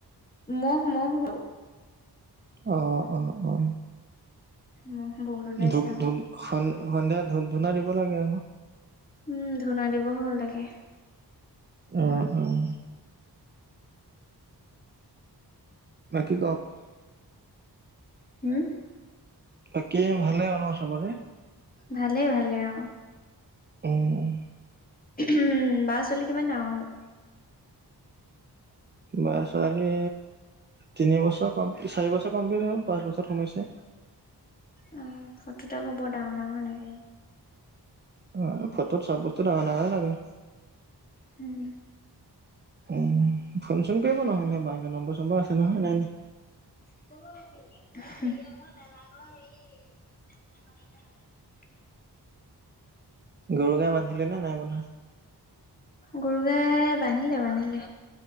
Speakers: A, on the left (about 20°); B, on the right (about 25°).
A: ম'হ ম'হ গ
B: অহ অ অ।
A: মহ বহুত ওলাইছে
B: ধূপ -,
A: আকৌ।
B: স -সন্ধিয়া ধূপ- ধূনা দিব লাগে আক।
A: উম, ধুনা দিব হল তাকে।
B: আহ উম। বাকী কওক?
A: হুম।
B: বাকী ভালে আৰু চবৰে?
A: ভালেই ভালে অ।
B: উম
A: উম বা ছোৱালী কিমান ডাঙৰ হ'ল?
B: বা ছোৱালী তিনিবছৰ কমপ্লি চাৰিবছৰ কমপ্লিট হ'ল পাঁচ বছৰত সোমাইছে।
A: অ ফটোটো আকৌ বৰ ডাঙৰ -ডাঙৰ লাগে।
B: অ ফটোত চব বস্তু ডাঙৰ -ডাঙৰে লাগে।
A: হুম।
B: উম ফোন-চোন কৰিব নহ'লে নাম্বৰ-চাম্বৰ আছে নহয় নাই নে।
A: <unintelligible>
B: গৰু গাই বান্ধিলে নে নাই বন্ধা?
A: খৰু গাই বান্ধিলে বান্ধিলে।